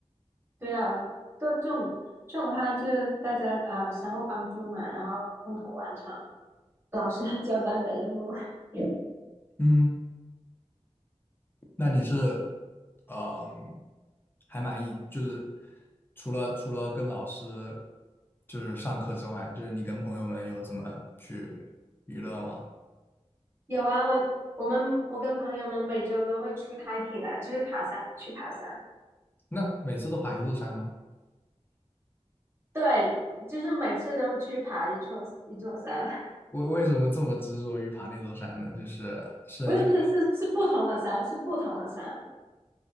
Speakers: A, on the right; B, on the left.
A: 对啊，就这种这种的话，就大家啊、呃相互帮助嘛，然后共同完成老师的交代的任务。<laughs>
B: 嗯。那你是，嗯，还满意？就是除了除了跟老师就是上课之外，就是你跟朋友们有怎么去娱乐吗？
A: 有啊，我我们我跟朋友们每周都会去 hiking 啊，就是爬山，去爬山。
B: 那每次都爬一座山吗？
A: 对，就是每次都去爬一座一座山，
B: 为为什么这么执着于爬那座山呢？就是是因为
A: <laughs> 不是不是是是不同的山，是不同的山。